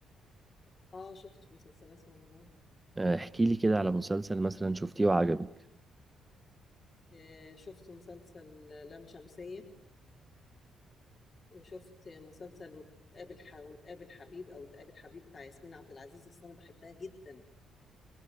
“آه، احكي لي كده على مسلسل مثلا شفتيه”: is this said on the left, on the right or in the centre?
Right